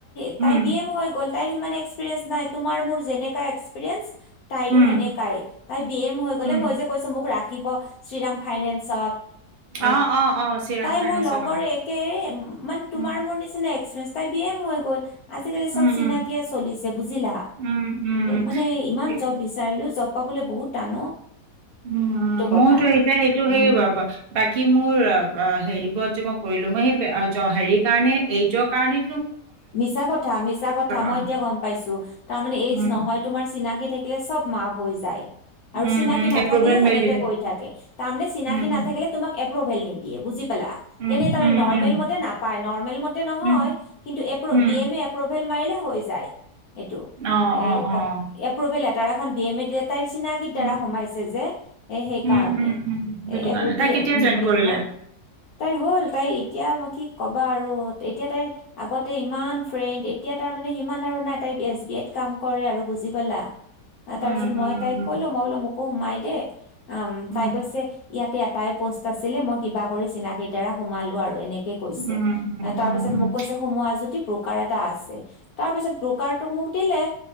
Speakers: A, on the left; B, on the right.
A: তাই
B: উম,
A: তাই বি এম হৈ গ'ল। তাইৰ সিমান এক্সপিৰিয়েঞ্চ নাই। তোমাৰ মোৰ যেনেকা এক্সপিৰিয়েন্ঞ্চ, তাইৰো
B: উম,
A: সেনেকাই। তাই বি এম হৈ গলে
B: উম,
A: মই যে কৈছো মোক ৰাখিব শ্ৰীৰাম ফাইনেন্সত। এ
B: অ', অ', অ' শ্ৰীৰাম
A: তাই
B: ফাইনেন্সত
A: মোৰ লগৰে
B: অ',
A: একেৰে মানে তোমাৰ
B: উম,
A: মোৰ নিচিনা এক্সপিৰিয়েঞ্চ তাই বিএম হৈ গ'ল। আজিকালি
B: উম,
A: চব চিনাকিয়ে
B: উম,
A: চলিছে বুজিলা।
B: উম, উম।
A: মানে ইমান
B: উম।
A: জব বিচাৰিলো জব অ বোলে বহুত টান
B: উম,
A: কথা।
B: মোৰতো এতিয়া সেইটো
A: উম,
B: সেই ব বাকী মোৰ হেৰিবোৰত যে মই কৰিলো, মই সেই হেৰি কাৰণে এইজৰ কাৰণে
A: মিছা কথা, মিছা কথা। মই
B: অ
A: এতিয়া গম পাইছো। তাৰ মানে এইজ
B: উম,
A: নহয়, তোমাৰ চিনাকি থাকিলে চব মাফ। হৈ যায়। আৰু
B: উম,
A: চিনাকি
B: উম,
A: নাথাকিলে
B: এপ্ৰভেল
A: সেনেকে
B: মেইল দিলে
A: কৈ থাকে। তাৰ মানে চিনাকি
B: উম, উম,
A: নাথাকিলে তোমাক এপ্ৰভেল নিদিয়ে। বুজি পেলা
B: উম,
A: এনেই তাৰমানে
B: উম,
A: নৰ্মেল
B: উম,
A: মতে নাপায়। নৰ্মেল মতে নহয়
B: উম,
A: এপ্ৰু
B: উম,
A: বিএমএ এপ্ৰুভেল মাৰিলে হৈ যায়। এইটো
B: অ', অ', অ',
A: কথা এপ্ৰুভেল লেটাৰাখন বি এম এ দিয়াতকৈ তাইৰ চিনাকীৰ দ্বাৰা
B: উম,
A: সোমাইছে যে। এ সেই
B: উম,
A: কাৰণে
B: উম, উম, সেইটো
A: এ এইবোৰ
B: কাৰণে
A: বি
B: তাই কেতিয়া
A: উম
B: জইন
A: বি
B: কৰিলে?
A: এমৰ তাইৰ হ'ল তাই এতিয়া মই কি কবা আৰু এতিয়া তাইৰ আগতে ইমান ফ্ৰেণ্ড এতিয়া তাৰ মানে সিমান আৰু নাই তাই এছ বি আইত কাম কৰে আৰু বুজি পালা।
B: উম,
A: তাৰ পিছত
B: উম,
A: মই তাইক
B: উম,
A: কলো মই বোলো মোকো সোমাই দে অ
B: উম,
A: তাই কৈছে ইয়াতে এটাই প'ষ্ট আছিলে মই কিবা কৰি চিনাকিৰ দ্বাৰা সোমালো আৰু এনেকে কৈছে
B: উম, উম, উম,
A: তাৰপিছত
B: উম, উম,
A: মোক কৈছে সোমোৱা যদি। প্ৰকাৰ এটা আছে তাৰ পিছত ব্ৰকাৰটোক মোক দিলে